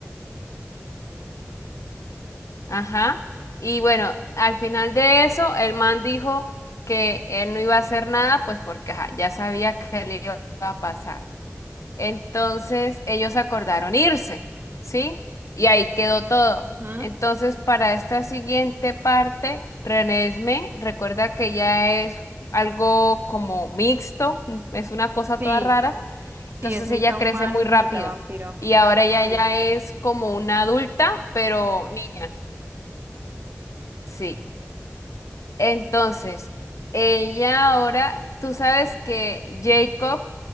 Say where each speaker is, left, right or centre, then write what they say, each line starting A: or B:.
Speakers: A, on the left; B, on the right.
A: Ajá. Y bueno, al final de eso, el man dijo que él no iba a hacer nada, pues porque ajá, ya sabía que le iba a pasar. Entonces, ellos acordaron irse, ¿sí? Y ahí quedó todo.
B: Ujú.
A: Entonces, para esta siguiente parte, Renesme recuerda que ya es algo como mixto, mm, es una cosa
B: Sí,
A: toda rara.
B: sí,
A: Entonces,
B: es mitad
A: ella crece
B: humano
A: muy
B: y
A: rápido.
B: mitad vampiro.
A: Y ahora ella
B: Sí.
A: ya es como una adulta, pero niña. Sí. Entonces, ella ahora, tú sabes que Jacob,